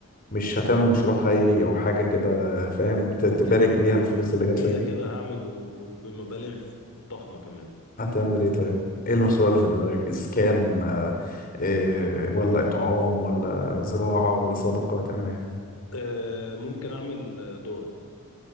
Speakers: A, on the left (about 40°); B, on the left (about 70°).
A: مش هتعمل مشروع خيري أو حاجة كده فاهم ت- تبارك
B: كده
A: بيها الفلوس اللي جاتلك
B: كده كده هعمل و- وبمبالغ ضخمه كمان
A: هتعمل ايه طيب؟ ايه المشروع اللي في دماغك؟ اسكان آه، إيه ولا اطعام ولا زراعة ولا صدقة هتعمل ايه؟
B: آه ممكن اعمل آه، دار